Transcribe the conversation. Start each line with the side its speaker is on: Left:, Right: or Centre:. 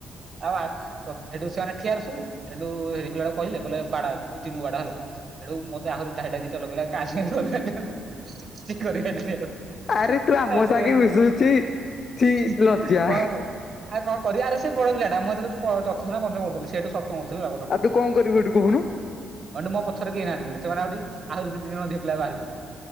Right: ଆଉ ଆ ସେଠୁ ସେମାନେ ଠିଆହେଲେ ସବୁ ସେଠୁ ହେରି ପିଲାଟାକୁ କହିଲେ କହିଲେ ବାଡା ତୁ ଚିନୁକୁ ବାଡ଼ା ହେଲା ଏଠୁ ମତେ ଆହୁରି ଠାଏ ଠାଏ ଦିଟା ଲଗେଇଲା <unintelligible>
Left: ଆରେ ତୁ ଆମ ସାଙ୍ଗେ ମିଶୁଛି
Right: <unintelligible>
Left: ଛି ଲଜ୍ଜା
Right: କଣ <unintelligible> ଆଉ କଣ କରିବା ଆରେ ସେବଡ଼ ପିଲାଟା ମୁହେତେଳେ ପ ଚତୁର୍ଥ ପଞ୍ଚମ ପଢ଼ୁଥିଲି ସେଇଠୁ ସପ୍ <unintelligible> ହଁ ସେଠୁ
Left: ଆଉ ତୁ କଣ କରିବୁ ଏଠୁ କହୁନୁ
Right: ମୋ ପ ପଛରେ କେହିନାହାନ୍ତି ପୁଣି ସେମାନେ ଆହୁରି ଆହୁରି ଦି ତିିନି ଜଣ ଝିଅ ପିଲା ବାହାରି ପଢ଼ୁଛନ୍ତି।